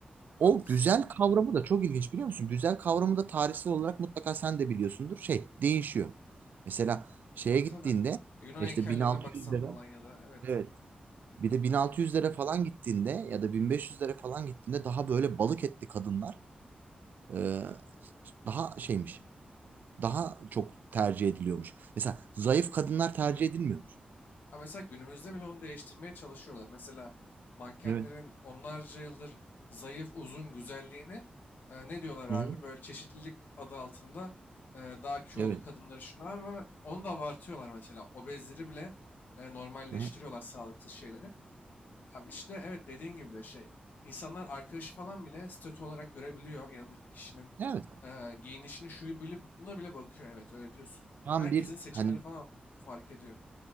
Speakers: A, on the right (about 75°); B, on the left (about 90°).
A: O
B: Haklısın.
A: güzel kavramı da çok ilginç biliyor musun? Güzel kavramı da tarihsel olarak mutlaka sen de biliyorsundur. Şey değişiyor. Mesela şeye
B: Tabii
A: gittiğinde
B: tabii. E, Yunan
A: işte
B: heykellerine
A: 1600'lere
B: baksan falan ya da evet.
A: evet bir de 1600'lere falan gittiğinde ya da 1500'lere falan gittiğinde daha böyle balık etli kadınlar e, daha şeymiş. Daha çok tercih ediliyormuş. Mesela zayıf kadınlar tercih edilmiyormuş.
B: Ha mesela günümüzde bile onu değiştirmeye çalışıyorlar. Mesela mankenlerin
A: Evet.
B: onlarca yıldır zayıf, uzun güzelliğini e, ne diyorlar abi?
A: Hı-hı.
B: Böyle çeşitlilik adı altında e, daha kilolu
A: Evet.
B: kadınları şunlar ama onu da abartıyorlar mesela. Obezleri bile e, normalleştiriyorlar
A: Hı-hı.
B: sağlıksız şeyleri. Abi işte evet dediğin gibi de şey. İnsanlar arkadaşı falan bile statü olarak görebiliyor. Yanındaki kişinin
A: Evet.
B: e, giyinişini şuyu bile buna bile bakıyor. Evet öyle diyorsun.
A: Tam
B: Herkesin
A: bir
B: seçimleri
A: hani
B: falan fark ediyor.